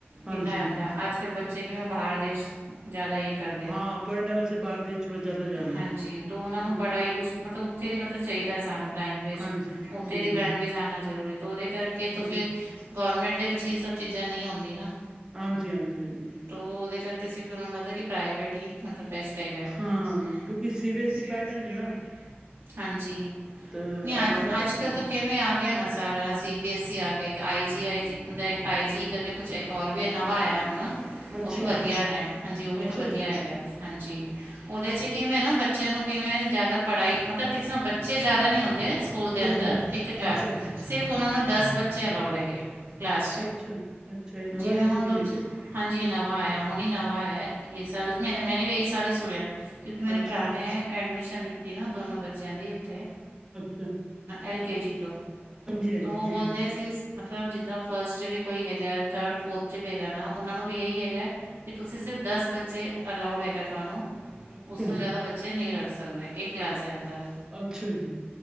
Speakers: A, on the right; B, on the right.
A: ਹਾਂਜੀ।
B: ਕਿੰਨਾ ਹੀ ਹੁੰਦਾ। ਅੱਜ ਕੱਲ੍ਹ ਬੱਚੇ ਕਿਵੇਂ ਬਾਹਰ ਦੇਸ਼ ਜ਼ਿਆਦਾ ਇਹ ਕਰਦੇ
A: ਹਾਂ, ਪੜ੍ਹਨੇ ਵਾਸਤੇ ਬਾਹਰ ਦੇਸ਼ ਥੋੜਾ ਜ਼ਿਆਦਾ ਜਾਣਦੇ
B: ਹਾਂਜੀ।
A: ਨੇ।
B: ਤੋ ਉਹਨਾਂ ਨੂੰ
A: ਹੂੰ।
B: ਪੜ੍ਹਾਈ ਉਸ ਮਤਲਬ ਉੱਥੇ ਦੀ ਮਤਲਬ ਚਾਹੀਦਾ ਸਾਨੂੰ ਲੈਂਗੁਏਜ।
A: ਹਾਂਜੀ
B: ਓਥੇ
A: ਹੂੰ
B: ਦੀ ਲੈਂਗਏਜ
A: ਹੂੰ
B: ਆਨਾ ਜ਼ਰੂਰੀ ਤੋ ਓਦੇ ਕਰਕੇ ਤੋ
A: ਬੁਝ
B: ਫਿਰ ਗੋਰਮੈਂਟ ਦੇ ਵਿੱਚ ਯੇ ਸਭ ਚੀਜ਼ਾਂ ਨਈ ਓਂਦੀ ਨਾ।
A: ਹਾਂਜੀ, ਹਾਂਜੀ, ਹਾਂਜੀ।
B: ਤੋ ਓਦੇ ਕਾਰਕੇ ਅਸੀ ਫਿਰ ਓਨਾਂ ਨੂੰ ਲੱਗਦਾ ਕਿ ਪ੍ਰਾਈਵੇਟ ਈ ਮਤਲਬ ਬੇਸਟ ਹੈਗਾ <unintelligible>
A: ਹਾਂ ਕਿਉਂਕਿ C B S E pattern ਹੈ ਨਾ
B: ਹਾਂਜੀ,
A: ਤਾਂ
B: ਨੀ
A: ਮਹਾਰਾਸ਼ਟਰ
B: ਅੱਜ ਆੱਜ-ਕੱਲ ਤਾ ਕਿਵੇਂ ਆ ਗੇਆ ਨਾ ਸ ਸਾਰਾ ਸੀ ਬੀ ਐੱਸ ਸੀ ਆਗੇਆ ਇੱਕ, ਆਈ ਜੀ ਆਈ ਜੀ ਹੁਦਾਂ ਏਕ ਆਈ ਜੀ ਕਰਕੇ ਕੁਛ ਏਕ ਹੋਰ ਵੀ ਨਵਾ ਆਏਆ ਹੁਣ
A: ਅੱਛਾ
B: ਓ ਵੀ ਵਦੀਆ ਨੇ ਹਾਂਜੀ, ਓ ਵੀ
A: ਅੱਛਾ
B: ਤਾ ਵਦੀਆ
A: ਜੀ
B: ਹੈਗਾ। ਹਾਂਜੀ, ਓਦੇ ਚ ਕਿਵੇਂ ਨਾ ਬੱਚੇਆਂ ਨੂੰ ਕਿਵੇਂ ਜਾਦਾ ਪੜਾਈ ਮਤਲਬ ਕਿਸ ਤਰਾਂ ਬੱਚੇ ਜਾਦਾ ਨੀ ਹੋਂਦੇ, ਸਕੂਲ ਦੇ
A: ਹੂੰ
B: ਅੰਦਰ
A: ਹੂੰ
B: ਇੱਕ ਕਲਾਸ
A: ਅੱਛਾ
B: ਸਿਰਫ ਓਨਾਂ ਨੂੰ ਦਸ ਬੱਚੇ ਅਲਾਊਡ ਹੈਗੇ ਕਲਾਸ ਚ,
A: ਅੱਛਾ ਅੱਛਾ ਇਹ ਨਵਾਂ
B: ਜਿਵੇਂ
A: ਸਿਸਟਮ
B: ਹੁਨ ਦੂਜ
A: ਹੈ ਕਿ
B: ਹਾਂਜੀ ਨਵਾਂ ਆਏਆ ਹੁਣ ਈ ਨਵਾਂ ਆਏਆ, ਰਿਜਲਟ ਮੇ <unintelligible> ਏਹ ਸਾਲ ਈ ਸੁਣੇਆ। ਕਯੁਂਕਿ ਮੇਰੇ
A: ਅੱਛਾ
B: ਪਰਾ ਨੇ ਐਡਮਿਸ਼ਨ ਲਿੱਤੀ ਨਾ ਦੋਨੋਂ ਬੱਚੇਆਂ ਦੀ ਉੱਥੇ।
A: ਅੱਛਾ
B: ਐਲ ਕੇ ਜੀ ਤੋ
A: ਹਾਂਜੀ ਹਾਂਜੀ
B: ਤੋ ਓ
A: ਹਾਂਜੀ
B: ਬੋਲਦੇ ਸੀਸ ਮਤਲਬ ਜਿੱਦਾਂ ਫਸਟ ਚ ਵੀ ਕੋਈ ਹੈਗਾ। ਥਡ, ਫੋਥ ਚ ਵੀ ਹੈਗਾ ਨਾ, ਓਨਾਂ ਨੂੰ ਵੀ ਏਈ ਹੈਗਾ ਕਿ ਤੂਸੀ ਸਿਰਫ ਦਸ ਬੱਚੇ ਅਲਾਊਡ ਹੈਗਾ ਤੋਆਨੂੰ
A: ਅੱਛਾ
B: ਉਸ ਤੋ ਜਾਦਾ ਬੱਚੇ ਨਈ ਰੱਖ ਸਕਦੇ, ਏਕ ਕਲਾਸ ਦੇ ਅੰਦਰ।
A: ਅੱਛਾ ਜੀ